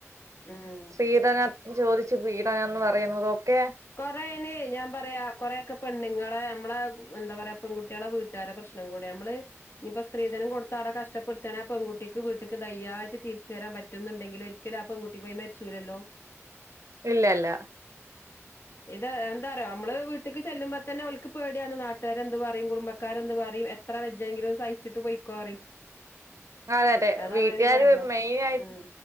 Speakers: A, on the left; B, on the right.
A: ഉം
B: സ്ത്രീധനം ചോദിച്ച് പീഡനം എന്ന് പറയുന്നത് ഒക്കെ
A: കൊറയനെ ഞാൻ പറയാം കൊറെയൊക്കെ പെണ്ണുങ്ങളെ നമ്മളെ എന്താ പറയാ പെൺകുട്ടികളെ വീട്ടുകാരെ പ്രശ്നം കൂടിയാ ഞമ്മള് ഇപ്പം സ്ത്രീധനം കൊടുത്ത അവടെ കഷ് കഷ്ടപ്പെടുത്താൻ ആ പെങ്കുട്ടിക്ക് വീട്ടക്ക് ധൈര്യാട്ട് തിരിച്ച് വെരാൻ പറ്റുന്നുണ്ടെങ്കില് ഒരിക്കലും ആ പെങ്കുട്ടി പോയി മരിച്ചൂലല്ലോ
B: ഇല്ല ഇല്ല
A: ഇത് എന്താറിയോ ഞമ്മള് വീട്ടിക്ക് ചെല്ലുമ്പോ തന്നെ ഓൽക്ക് പേടയാണ് നാട്ടുകാര് എന്ത് പറയും കുടുംബക്കാര് എന്ത് പറയും എ എത്ര വെജെങ്കിലും സഹിച്ചിട്ട് പോയിക്കോ പറയും
B: അതെ അതെ
A: അതാണ്
B: വീട്ടുകാര്
A: ഒര് കാരണം
B: മെയിനായിട്ട്
A: ഉം